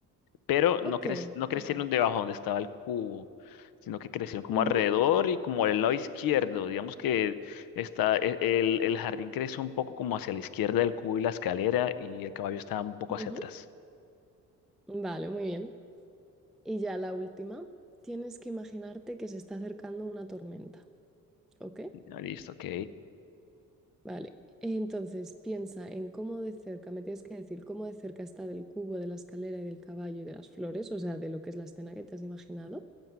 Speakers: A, on the left; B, in the centre.
A: Pero no,
B: ok,
A: crec- no crecieron
B: vale.
A: debajo donde estaba el cubo, sino que crecieron como
B: Ujú,
A: alrededor y como al lado izquierdo. Digamos que está, e- el, el jardín creció un poco como hacia la izquierda del cubo y la escalera y el caballo estaba un poco
B: ujú.
A: hacia atrás.
B: Vale, muy bien. Y ya la última, tienes que imaginarte que se está acercando una tormenta, ¿ok?
A: Ah, Listo, ok.
B: Vale. Entonces piensa en cómo de cerca, me tienes que decir cómo de cerca está del cubo, de la escalera y del caballo y de las flores, o sea, de lo que es la escena que te has imaginado.